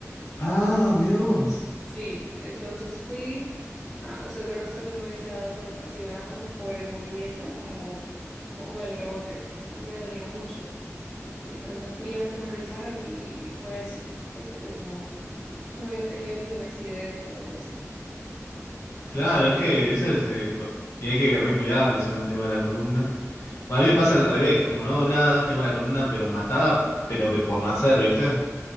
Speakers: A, on the left; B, in the centre.
A: Ah, mirá vos.
B: Sí, entonces fui, ah, o sea, de resto no me hubiese dado cuenta, sino era como por el movimiento, como, como por el rebote. Entonces me dolía mucho. Entonces fui a que me revisaran y, y fue eso, porque pues no, no había tenido ningún accidente o algo así.
A: Claro, es que eso es. eh, po- y hay que recuidar encima el tema de la columna. Bueno, a mí me pasa al revés, como no hago nada, tengo la columna pero matada, pero de por no hacer, ¿viste?